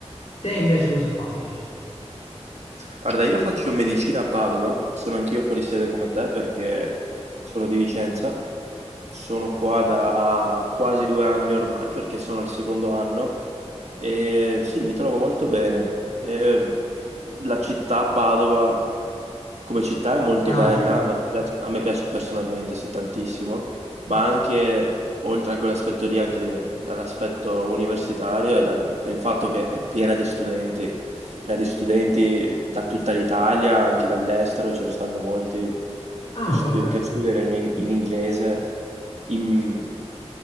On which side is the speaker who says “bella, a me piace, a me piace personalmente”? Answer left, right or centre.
Right